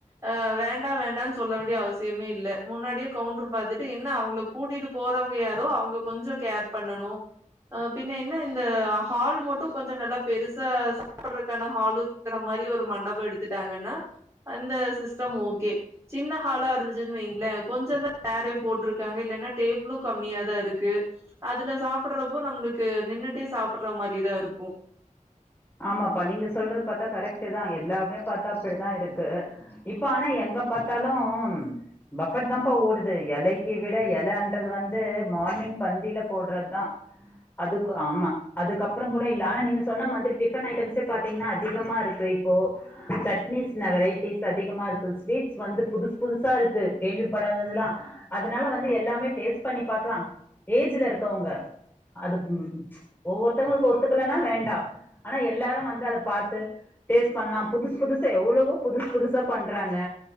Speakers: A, on the right; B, on the left.
A: அஹ் வேண்டா வேண்டானு சொல்ல வேண்டிய அவசியமே இல்ல முன்னாடியே கவுண்டர் பாத்துட்டு என்ன அவங்கள கூட்டிட்டு போறவங்க யாரோ அவங்க கொஞ்ச கேர் பண்ணணு அஹ பின்ன என்ன இந்த ஹால் மட்டும் கொஞ்ச நல்லா பெருசு சாப்பிடுறக்கான ஹாலு இருக்கிற மாரி ஒரு மண்டப எடுத்துட்டாங்கன்னா அந்த சிஸ்டம் ஓகே சின்ன ஹாலா இருந்துச்சு வைங்களேன் கொஞ்சந்தா சேரே போட்ருக்காங்க இல்லன்னா டேபிளு கம்மியாதா இருக்கு அதுல சாப்பிடறப்போ நம்மளுக்கு நின்னுட்டே சாப்பிடற மாரிதா இருக்கு
B: ஆமாப்பா நீங்க சொல்றது பாத்தா கரெக்ட் தா எல்லாமே பாத்தா அப்படிதா இருக்கு இப்ப ஆனா எங்க பாத்தாலு பஃபட் தான்ப்பா ஓடுது எலைக்கு விட எலைன்றது வந்து மார்னிங் பந்தில போடுறது தா அதுக்கு ஆமா அதுக்கப்புறம் கூட இல்ல ஆனா நீங்க சொன்ன மாதிரி டிஃபன் ஐட்டம்சே பாத்தீங்கன்னா அதிகமா இருக்கு இப்போ சட்னிஸ்ன வெரைட்டிஸ் அதிகமா இருக்கு ஸ்வீட்ஸ் வந்து புதுசு புதுசா இருக்கு கேள்விப்படாததுல்லா அதனால வந்து எல்லாமே டேஸ்ட் பண்ணி பாக்கலா ஏஜ்ல இருக்கவங்க அது ஒவ்வொருத்தவங்களுக்கு ஒத்துக்கலனா வேண்டா ஆனா எல்லாரு வந்து அத பாத்து டேஸ்ட் பண்ணலாம் புதுசு புதுசா எவ்வளவோ புதுசு புதுசா பண்றாங்க